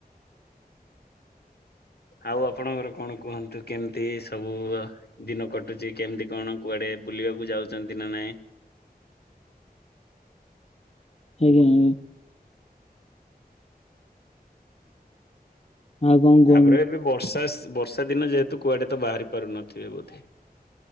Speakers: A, on the left; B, on the left.
A: ଆଉ ଆପଣଙ୍କର କଣ କୁହନ୍ତୁ କେମିତି ସବୁ ଦିନ କଟୁଚି କେମତି କଣ କୁଆଡେ ବୁଲିବାକୁ ଯାଉଚନ୍ତି ନା ନାଇଁ?
B: ଆଜ୍ଞା ଆଜ୍ଞା। ଆଉ କଣ କୁହନ୍ତୁ?
A: ତାପରେ ଏବେ ବର୍ଷା ସ୍ ବର୍ଷା ଦିନ ଯେହେତୁ କୁଆଡେ ତ ବାହାରି ପାରୁନଥିବେ ବୋଧେ?